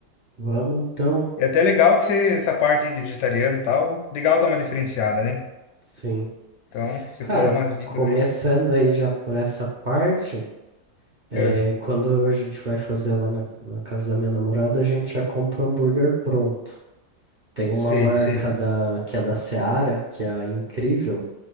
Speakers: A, on the right; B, on the left.
A: Vamos então,
B: é até legal que você, essa parte aí de vegetariano e tal. Legal dar uma diferenciada, né?
A: sim.
B: Então, se você
A: Cara,
B: puder dar umas dicas
A: começando
B: aí.
A: aí já por essa parte, é,
B: É,
A: quando a gente vai fazer lá na, na casa da minha namorada, a gente já compra um hambúrguer pronto. Tem uma
B: sei,
A: marca
B: sei.
A: da, que é da Seara, que é a Incrível,